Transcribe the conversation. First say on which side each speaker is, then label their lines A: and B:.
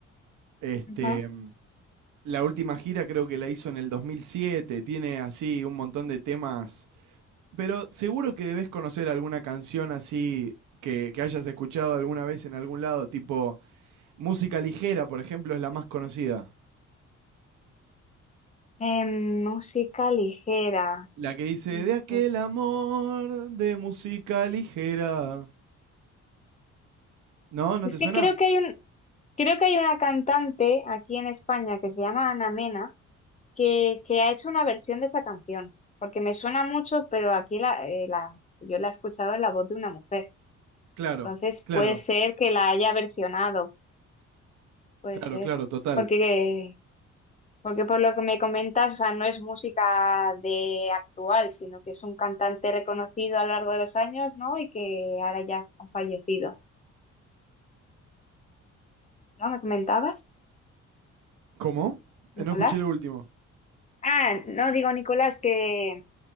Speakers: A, on the right; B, on the left.
A: Este,
B: Ajá.
A: mm, la última gira creo que la hizo en el 2007, tiene así un montón de temas, pero seguro que debes conocer alguna canción así que, que hayas escuchado alguna vez en algún lado, tipo música ligera, por ejemplo, es la más conocida.
B: Em, música ligera.
A: La que dice,
B: Mm,
A: de aquel
B: pues,
A: amor de música ligera. ¿No? ¿No
B: es
A: te
B: que
A: suena?
B: creo que hay un, creo que hay una cantante aquí en España que se llama Ana Mena que, que ha hecho una versión de esa canción, porque me suena mucho, pero aquí la, eh, la, yo la he escuchado en la voz de una mujer.
A: Claro,
B: Entonces
A: claro,
B: puede ser que la haya versionado, puede
A: claro,
B: ser,
A: claro, total.
B: porque Porque por lo que me comentas, o sea, no es música de actual, sino que es un cantante reconocido a lo largo de los años, ¿no? Y que ahora ya ha fallecido, ¿no? ¿Me comentabas,
A: ¿Cómo? Eh,
B: Nicolás?
A: No escuché lo último.
B: Ah, no digo Nicolás, que,